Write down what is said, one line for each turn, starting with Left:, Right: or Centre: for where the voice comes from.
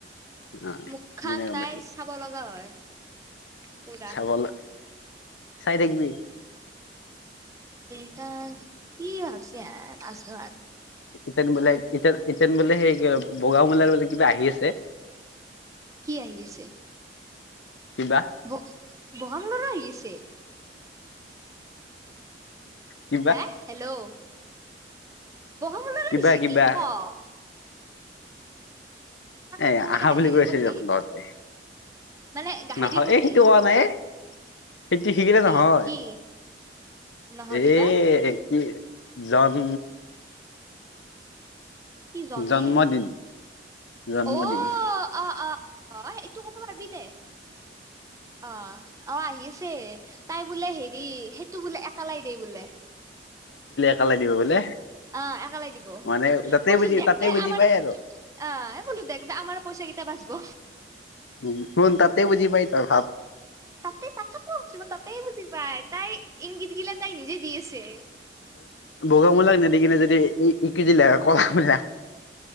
Left: অ
Right: মুখ
Left: সেইদিনা
Right: খন
Left: গম
Right: তাই
Left: পাইছো
Right: চাব লগা হয় পুৰা
Left: চাব চাই থবি।
Right: এ কি ভাবছি আহ আছছো আৰু
Left: তেন বোলে ইতি ইতিন বোলে সেই কি বগ মেলাৰ বোলে কিবা আহি আছে।
Right: কি আহি আছে।
Left: কিবা
Right: ব বগা লৰা আহি আছে।
Left: কিবা
Right: হা হেল্ল' <inaudible>
Left: কিবা কিবা
Right: কি ক ' তাকতো
Left: এই
Right: মানে
Left: আহা
Right: গাহৰিৰ
Left: বুলি কৈ আছে
Right: প্ৰতি
Left: য তহতে
Right: মানে গাহৰিৰ
Left: নহয়
Right: প্ৰতি
Left: এই সেইটো কৰা নাই সেইটো শিকিলে
Right: কি
Left: নহয়
Right: কি নহ'লি
Left: এ
Right: বা
Left: কি জান।
Right: কি জনে
Left: জন্মদিন জন্মদিন
Right: অ- আ -আ অ -অ এইটো কব পাৰিবি দে অ ' অ 'আহি আছে তাই বোলে হেৰি সেইটো বোলে একালাই দেই বোলে।
Left: কালাই দিব বোলে।
Right: অ 'একালাই দিব
Left: মানে তাতে
Right: কচ
Left: বুজি
Right: দে
Left: তাতে বুজি
Right: আমাৰ
Left: পাই আৰু
Right: আহ বোলো দে দে আমাৰ পইচা কেইটায়া বাচব
Left: উ শুন তাতে বুজি পাই ত ভাত
Right: তাতেই তাক বুজি তাতে বুজি পাই তাই ইংগিত গিলা তাই নিজে দি আছে।
Left: বগামলাক নেদ কিনে যদি ইকি জিলাক কলামিলাক